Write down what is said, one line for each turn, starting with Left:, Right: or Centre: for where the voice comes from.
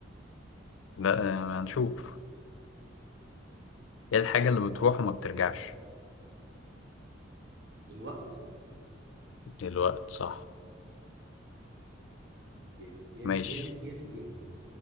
Left: لا آه، هنشوف ايه الحاجه اللي بتروح وما بترجعش
Right: <laughs> الوقت
Left: الوقت صح
Right: جامد جامد
Left: ماشي
Right: جامد جامد جامد